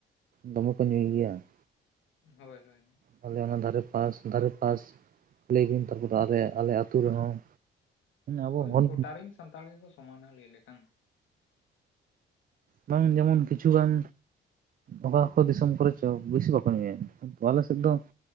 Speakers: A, on the right; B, on the left.
A: ᱫᱚᱢᱮ ᱠᱚ ᱧᱩᱭ ᱜᱮᱭᱟ ᱾
B: ᱦᱳᱭ ᱦᱳᱭ
A: ᱛᱟᱦᱞᱮ
B: ᱦᱩᱸ,
A: ᱚᱱᱟ ᱫᱷᱟᱨᱮ ᱯᱟᱥ ᱫᱷᱟᱨᱮ ᱯᱟᱥ ᱞᱟᱹᱭ ᱵᱤᱱ ᱛᱟᱨᱯᱚᱨ ᱟᱞᱮ ᱟᱞᱮ ᱟᱹᱛᱩ ᱨᱮᱦᱚᱸ ᱟᱵᱚ
B: ᱦᱳᱭ
A: ᱦᱚᱲ
B: ᱜᱚᱴᱟ ᱨᱮᱱ ᱥᱟᱱᱛᱟᱲ ᱜᱮᱠᱚ ᱥᱚᱢᱟᱱᱟ ᱞᱟᱹᱭ ᱞᱮᱠᱷᱟᱱ᱾
A: ᱵᱟᱝ ᱡᱮᱢᱚᱱ ᱠᱤᱪᱷᱩᱜᱟᱱ ᱚᱠᱟ ᱠᱚ ᱫᱤᱥᱚᱢ ᱠᱚᱨᱮ ᱪᱚ ᱵᱮᱥᱤ ᱵᱟᱠᱚ ᱧᱩᱭᱟ ᱟᱞᱮ ᱥᱮᱫ
B: ᱟᱪᱪᱷᱟ
A: ᱫᱚ